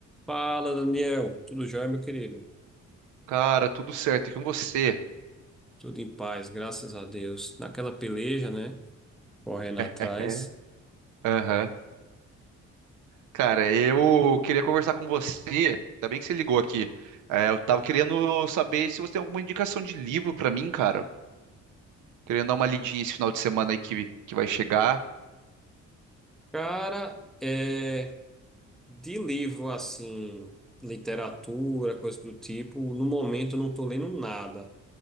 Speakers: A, in the centre; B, on the right (about 80°).
A: Fala, Daniel. Tudo jóia, meu querido?
B: Cara, tudo certo. E com você?
A: Tudo em paz, graças a Deus. Naquela peleja, né? Correndo atrás.
B: É. Aham. Cara, eu queria conversar com você. Ainda bem que você ligou aqui. É, eu tava querendo saber se você tem alguma indicação de livro pra mim, cara. Querendo dar uma lidinha esse final de semana aí que, que vai chegar.
A: Cara, é de livro assim, literatura, coisa do tipo, no momento eu não tô lendo nada.